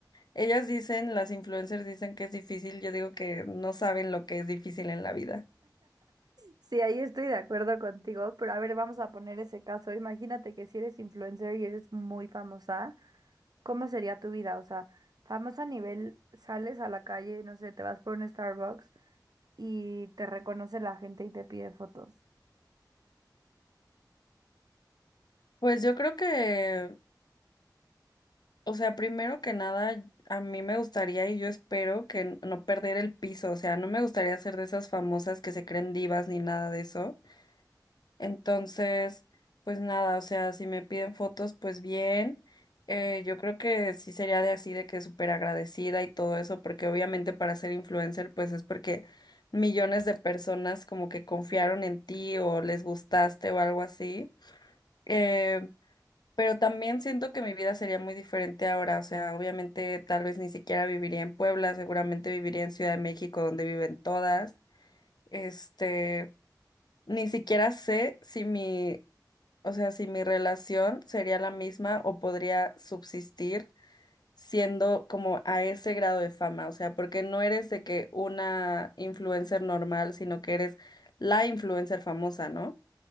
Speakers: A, on the left; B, on the right.
A: Ellas dicen, las influencers dicen que es difícil, yo digo que no saben lo que es difícil en la vida.
B: Sí, ahí estoy de acuerdo contigo, pero a ver, vamos a poner ese caso. Imagínate que si eres influencer y eres muy famosa. ¿Cómo sería tu vida? O sea, famosa a nivel, sales a la calle, no sé, te vas por un Starbucks y te reconoce la gente y te pide fotos.
A: Pues yo creo que, o sea, primero que nada, a mí me gustaría y yo espero que n- no perder el piso, o sea, no me gustaría ser de esas famosas que se creen divas ni nada de eso. Entonces, pues nada, o sea, si me piden fotos, pues bien. Eh, yo creo que sí sería de así, de que súper agradecida y todo eso, porque obviamente para ser influencer, pues es porque millones de personas como que confiaron en ti o les gustaste o algo así. Eh, pero también siento que mi vida sería muy diferente ahora, o sea, obviamente tal vez ni siquiera viviría en Puebla, seguramente viviría en Ciudad de México, donde viven todas. Este. Ni siquiera sé si mi, o sea, si mi relación sería la misma o podría subsistir siendo como a ese grado de fama, o sea, porque no eres de que una influencer normal, sino que eres la influencer famosa, ¿no?